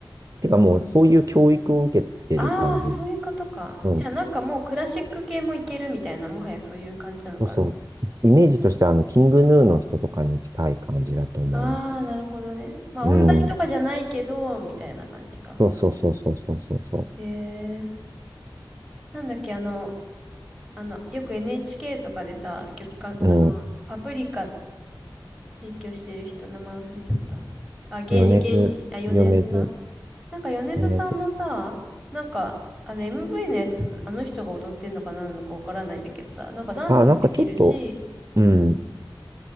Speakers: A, on the right; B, in the centre.
A: てかもうそういう教育を受けてる感じ。
B: ああ、そういうことか。
A: うん。
B: じゃあ、なんかもうクラシック系もいけるみたいな、もはやそういう感じなのかな。
A: そうそう。イメージとしてはあの、キングヌーの人とかに近い感じだと思う
B: ああ、なるほどね。まあ、
A: うん。
B: 音大とかじゃないけど、みたいな感じか。
A: そうそうそうそうそうそうそ
B: へえー、なんだっけ、あの、あの、よく NHK とかでさ、曲か、
A: う。
B: あの、
A: うん。
B: パプリカ提供してる人、名前忘れちゃった。あ、原、
A: 米津、
B: 原始、あ、米津さん
A: 米津、
B: なんか米津さんもさ、
A: 米津。
B: なんか、あの MV のやつ、あの人が踊ってんのか何なのかわからないんだけどさ、なんかダンスもできるし、
A: あ、なんかちょっと、うん。